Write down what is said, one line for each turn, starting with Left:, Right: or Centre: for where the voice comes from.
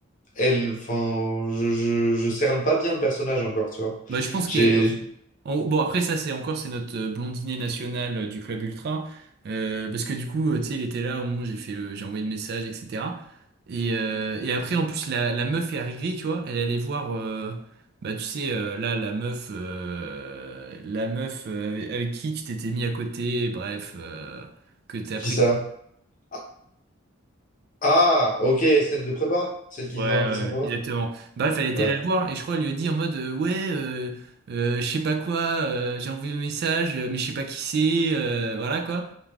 Left: elle, enfin, je, je, je cerne pas bien le personnage encore, tu vois.
Right: Bah, je pense
Left: J'ai.
Right: que en- Bon, après, ça, c'est encore, c'est notre euh, blondinet national euh, du club ultra. Euh, parce que du coup, euh, tu sais, il était là au moment où j'ai fait le, j'ai envoyé le message, etc. Et, euh, et après, en plus, la, la meuf est arrivée, tu vois. Elle allait voir, euh, bah, tu sais, euh, là, la meuf, euh, la meuf euh, avec, avec qui tu t'étais mis à côté, bref, euh, que t'as
Left: Qui
Right: pris.
Left: ça? Ah, ah, ok, celle de prépa. Celle qui
Right: Ouais,
Left: était dans ma classe
Right: ouais, ouais,
Left: en prépa.
Right: exactement. Bah, fallait aller
Left: Ouais.
Right: la voir et je crois elle lui a dit en mode euh, ouais, euh, euh, je sais pas quoi, euh, j'ai envoyé un message, euh, mais je sais pas qui c'est, euh, voilà quoi.